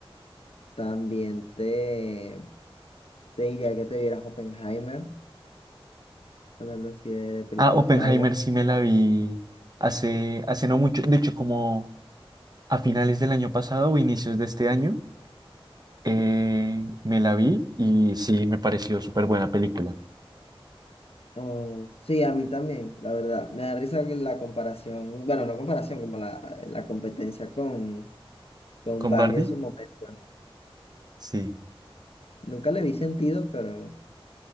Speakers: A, on the left; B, on the right.
A: también te, te diría que te vieras Oppenheimer, hablando así de, de películas
B: Ah, Oppenheimer
A: largas.
B: sí me la vi hace, hace no mucho, de hecho como a finales del año pasado o inicios de este año, eh, me la vi y sí, me pareció súper buena película.
A: Oh, sí, a mí también, la verdad. Me da risa que la comparación, bueno, no comparación, como la, la competencia con, con
B: ¿Con
A: Barbie
B: Barbie?
A: en su momento.
B: Sí.
A: Nunca le vi sentido, pero